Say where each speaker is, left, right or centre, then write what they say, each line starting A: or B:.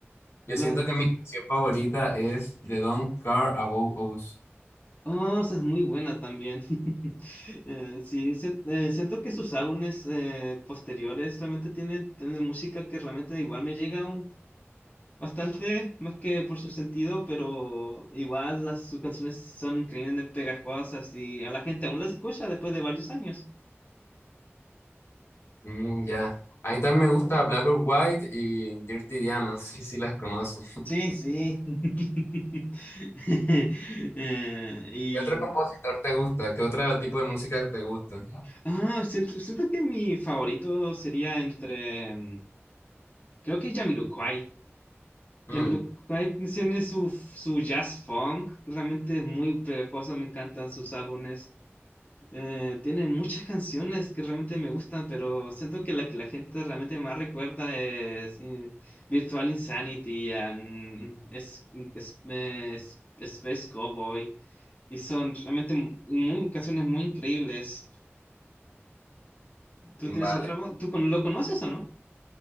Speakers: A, on the left; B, on the left.
A: yo
B: las
A: siento que mi canción favorita es The Don't Care About Us.
B: dos es muy buena también. <laughs> Eh, sí, si- eh, siento que sus álbumes eh, posteriores realmente tienen, tienen música que realmente igual me llega Bastante, más que por su sentido, pero igual las, sus canciones son increíblemente pegajosas y a la gente aún las escucha después de varios años.
A: Mm, ya. A mí también me gusta Black or White y Dirty Diana, <laughs> no sé si las conoces. <laughs>
B: Sí, sí. <laughs> Eh, y
A: ¿Qué otro compositor te gusta? ¿Qué otro tipo de música te gusta?
B: ah, siento, siento que mi favorito sería entre mm, creo que Jamiroquai.
A: Mm,
B: Jamiroquai tiene su, su jazz funk, realmente es muy pegajoso, me encantan sus álbumes. Eh, tiene muchas canciones que realmente me gustan, pero siento que la que la gente realmente más recuerda es eh, Virtual Insanity, and es, es- eh, es- Space Cowboy, y son realmente mu- muy, canciones muy increíbles. ¿Tú tienes
A: vale.
B: otra? voz ¿Tú con- lo conoces o no?